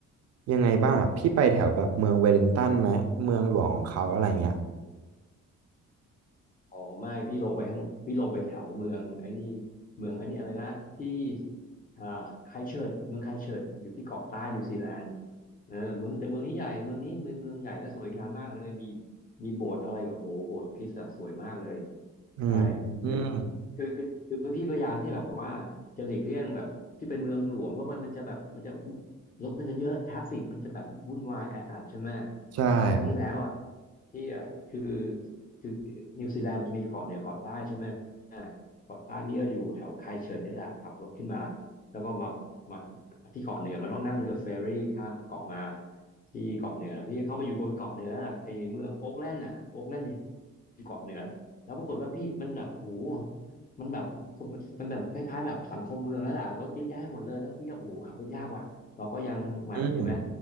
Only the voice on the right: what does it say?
ยังไงบ้างอะพี่ไปแถวแบบเมืองเวลลิงตันไหมเมืองหลวงของเขาอะไรเงี้ย
อืมอืม
ใช่ครับ
อืม